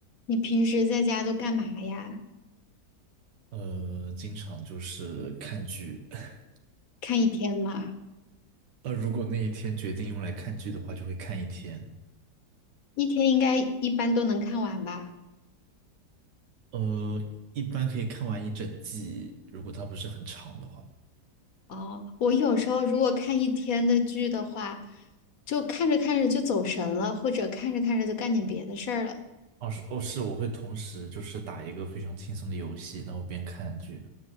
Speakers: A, on the left; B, on the right.
A: 你平时在家都干嘛呀？
B: 呃，经常就是看剧。<laughs>
A: 看一天吗？
B: 呃，如果那一天决定用来看剧的话，就会看一天。
A: 一天应该一般都能看完吧？
B: 呃，一般可以看完一整季，如果它不是很长的话。
A: 哦，我有时候如果看一天的剧的话，就看着看着就走神了，或者看着看着就干点别的事儿了。
B: 哦，是哦，是，我会同时就是打一个非常轻松的游戏，然后边看剧，